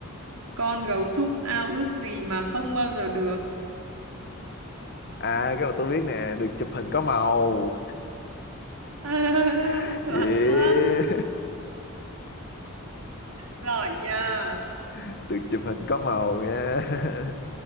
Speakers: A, on the right; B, on the left.
A: con gấu trúc ao ước gì mà không bao giờ được
B: à cái là tôi biết nè được chụp hình có màu
A: <laughs>
B: <laughs>
A: chuẩn
B: yeah.
A: luôn giỏi nha
B: <laughs> được chụp hình có
A: Ờ,
B: màu nha <laughs>